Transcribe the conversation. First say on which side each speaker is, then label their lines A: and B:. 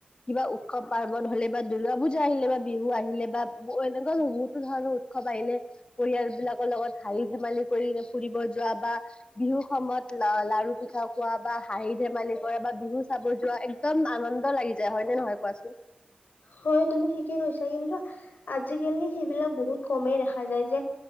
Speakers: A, on the left; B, on the left.
A: কিবা উৎসৱ পাৰ বন হ'লে বা দুূৰ্গা পূজা আহিলে বা বিহু আহিলে বা এনেকুৱা বহুতো ধৰণৰ উৎসৱ আহিলে পৰিয়াল বিলাকৰ লগত হাঁহি ধেমালি কৰি ফুৰিব যোৱা বা বিহু সময়ত লাৰু পিঠা খোৱা বা হাঁহি ধেমালি কৰা বা বিহু চাব যোৱা এক্দম আনন্দ লাগি যায়। হয়নে নহয় কোৱাচোন?
B: হয় তুমি ঠিকে কৈছা, কিন্তু আজিকালি সেই বিলাক বহুত কমেই যায়। যে